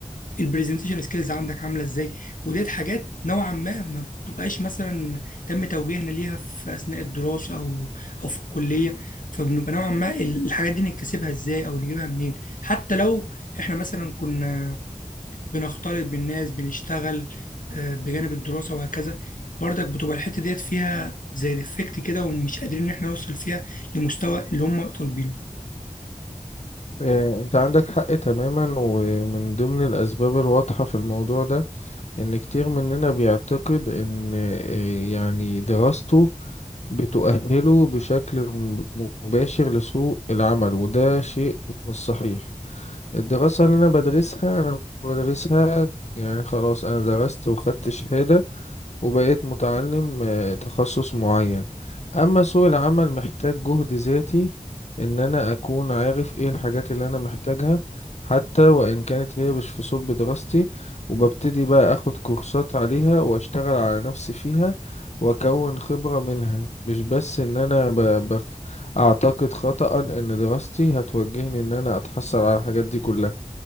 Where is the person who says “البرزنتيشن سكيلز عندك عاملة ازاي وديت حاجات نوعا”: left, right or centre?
Left